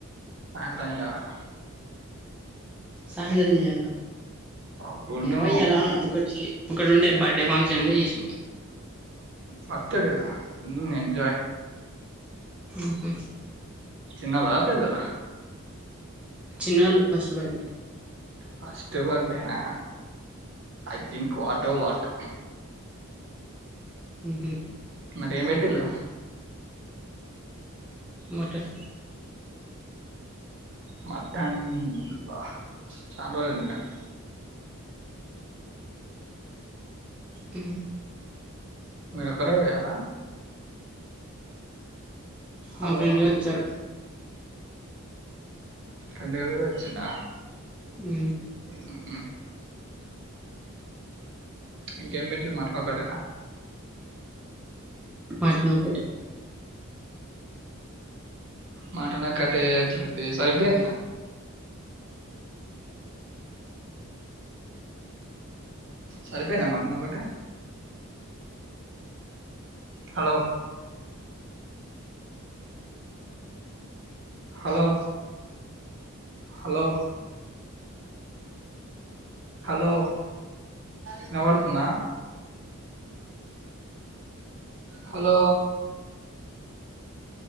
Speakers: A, on the right; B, in the centre.
A: సాయంత్రం చేయాలే
B: సాయంత్రం చేయాల
A: అప్పుడు
B: ఏమో ఇయ్యాల ఒకటి ఒకటి ఉండే బర్త్డే ఫంక్షన్ ఫంక్షన్ ఉండే చేసిన
A: బర్తడేనా ఏంజాయ్
B: ఉహు
A: చిన్నద పెద్దదా
B: చిన్నోళ్ళు ఫస్ట్ బర్డే
A: ఫస్ట్ బడ్డేనా ఐ థింక్ వాటో వాట్
B: ఉహు
A: మరి ఏం పెట్టిల్లు
B: మటన్
A: మటన్ అబ చాల రోజులైంది తినక
B: ఆ
A: మీరు ఒక్కరే పోయారా హలో
B: నా ఫ్రెండ్గా వచ్చాడు
A: ఫ్రెండ్ గాడు కూడా అచ్చిండా
B: ఉ
A: హూ ఇంకేం పెట్టిల్లు మటన్ ఒకటేనా
B: మటన్ ఒకటే
A: మటన్ ఒకటే సరిపోయింది నాకు సరిపోయిందా మటన్ ఒక్కటే హలో హలో హలో హలో వినబడుతుంద హలో